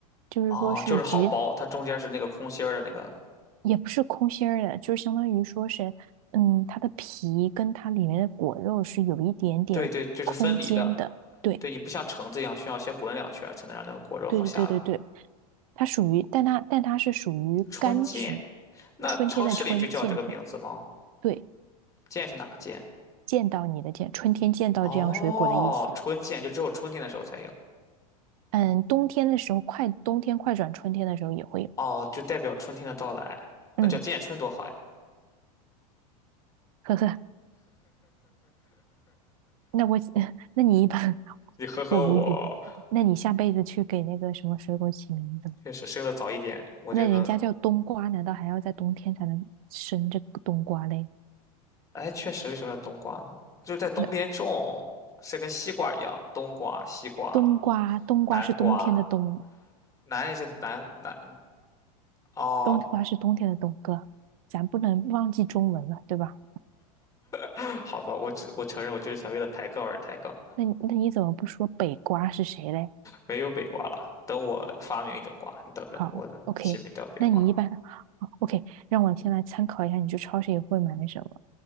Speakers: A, on the right; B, on the left.
A: 就是说是橘，
B: 哦，就是好剥，它中间是那个空心儿的那个，
A: 也不是空心儿的，就是相当于说是，嗯，它的皮跟它里面的果肉是有一点点空间的。
B: 对对，就是分离的。
A: 对。
B: 对，你不像橙子一样需要先滚两圈儿才能让那个果肉好下来。
A: 对对对对对，它属于，但它但它是属于柑橘，
B: 春见，那超市里就叫这个名字吗？
A: 春天的春，见天，对，
B: 见是哪个见？
A: 见到你的见，春天见到这样水果的意思。
B: 哦，春见就只有春天的时候才有。
A: 嗯，冬天的时候快，冬天快转春天的时候也会有。
B: 哦，就代表春天的到来，
A: 嗯，
B: 那叫见春多好呀。
A: 呵呵，那我 <laughs> 那你一般
B: 你呵呵我。
A: 我无语了。那你下辈子去给那个什么水果起名字吧
B: 确实生的早一点，我就能。
A: 那人家叫冬瓜，难道还要在冬天才能生这个冬瓜嘞？
B: 哎，确实，为什么要冬瓜呢？就是在东边种，
A: 那
B: 是跟西瓜一样，冬瓜、西瓜、
A: 冬瓜，冬瓜是冬天的冬，
B: 南瓜，南也是南南哦。
A: 冬瓜是冬天的冬哥，咱不能忘记中文了，对吧？
B: <laughs> 好吧，我只我承认，我就是想为了抬杠而抬杠，
A: 那你那你怎么不说北瓜是谁嘞？
B: 没有北瓜了。等我发明一种瓜，你等着，
A: 好，OK，
B: 我的起名叫北瓜
A: 那你一般好，OK，让我先来参考一下，你去超市也会买什么？